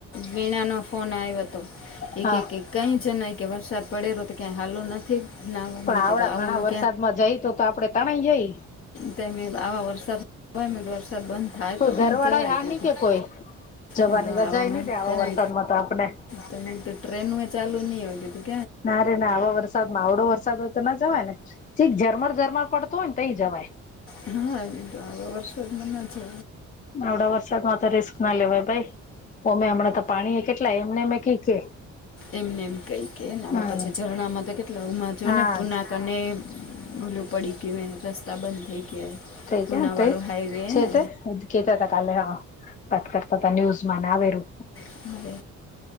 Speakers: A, on the left; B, on the left.
A: વીણાનો ફોન આવ્યો હતો, એક
B: હા
A: એક એક કઈ જ નય કે વરસાદ પડેલો તો ક્યા હાલું નથી. ના મમ્મી
B: પણ આવડા
A: કીધું આવામાં
B: ઘણા વરસાદ માં જઈ તો તો આપડે તણાઈ જઈ.
A: તેમમ આવા વરસાદ વરસાદ બંધ થાય
B: કો
A: તો ક્યાંક
B: ઘરવાળા
A: જવાય
B: હા
A: કીધું
B: નહી કે
A: મેં
B: કોઈ, જવાની
A: કીધું
B: રજાાઈ
A: આવામાં
B: નહી દે આવા
A: તમે
B: વરસાદમાં તો આપણે.
A: તમે તું ટ્રેન ચાલુ નહી હોય કે તું.
B: ના રે ના આવા વરસાદ માં આવડો વરસાદ તો ના જવાય ને, ચીક ઝરમર ઝરમર પડતો હોય ને ત જય.
A: હા એ તો આવા વરસા જ મને છે.
B: આવડા વરસાદ માં તો રિસ્ક ના લેવાય ભાઈ, અમે હમણાં તો પાણીએ કેટલાય એમને અમે કી કે.
A: એમને એમ કહી કેને
B: હમ
A: આ પછી ઝરણામાં તો કેટલા ઉમાં જો
B: હા
A: ને પુનાક અને ભોલું પડી ગયું રસ્તા બંધ થઈ ગયા.
B: થઈ
A: પૂનાવાળો
B: જ્યા થઈ
A: હાઈવે
B: છે
A: ને
B: તે. કતા હતા કાલે હા વાત કરતા હતા ન્યૂઝ માં આવેલુ.
A: હ